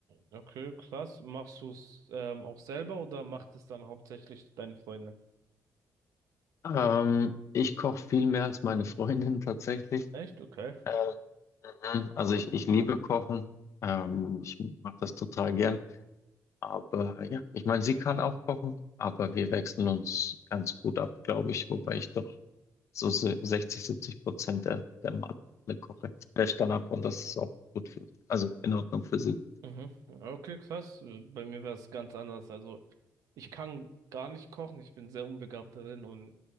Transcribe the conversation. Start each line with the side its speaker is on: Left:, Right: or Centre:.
Right: Okay, krass. Machst du es ähm, auch selber oder macht es dann hauptsächlich deine Freundin?
Left: Ähm, ich koche viel mehr als meine Freundin <laughs> tatsächlich.
Right: Echt? Okay.
Left: Ähm, mhm. also ich, ich liebe Kochen. Ähm, ich mache das total gern. Aber ja, ich meine, sie kann auch kochen, aber wir wechseln uns ganz gut ab, glaube ich. Wobei ich doch so se- 60, 70 Prozent der, der Male koche. Wäscht dann ab und das ist auch gut für, also in Ordnung für sie.
Right: Mhm. Okay, krass. Bei mir wäre es ganz anders. Also ich kann gar nicht kochen. Ich bin sehr unbegabt darin und